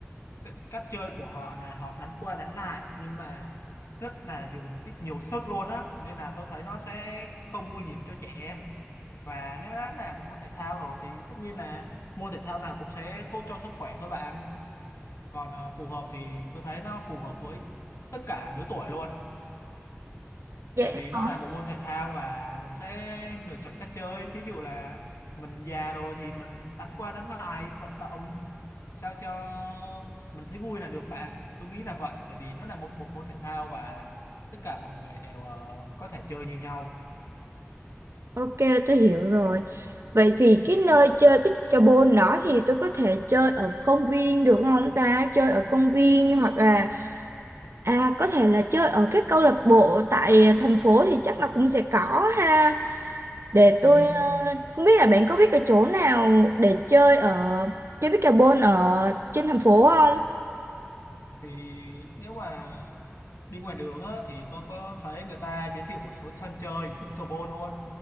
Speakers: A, on the left; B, on the right.
A: cái cách chơi của họ là họ đánh qua đánh lại nhưng mà rất là dùng ít nhiều sức luôn á nên là tôi thấy nó sẽ không nguy hiểm cho trẻ em và nếu đã là một môn thể thao rồi thì tất nhiên là môn thể thao nào cũng sẽ tốt cho sức khỏe thôi bạn còn ờ, phù hợp thì tôi thấy nó phù hợp với tất cả lứa tuổi luôn
B: Dạ.
A: tại vì
B: Ờ,
A: nó là một môn thể thao và mình sẽ lựa chọn cách chơi thí dụ là mình già rồi thì mình đánh qua đánh lại vận động sao cho mình thấy vui là được bạn tôi nghĩ là vậy tại vì nó là một, một môn thể thao và tất cả mọi người đều ờ, có thể chơi như nhau
B: Ok, tôi hiểu rồi. Vậy thì cái nơi chơi pickleball đó thì tôi có thể chơi ở công viên được không ta? Chơi ở công viên hoặc là À, có thể là chơi ở cái câu lạc bộ tại thành phố thì chắc là cũng sẽ có ha. Để
A: Ừ.
B: tôi ờ, không biết là bạn có biết cái chỗ nào để chơi ở chơi pickleball ở trên thành phố không?
A: thì nếu mà đi ngoài đường á, thì tôi có thấy người ta giới thiệu một số sân chơi pickleball luôn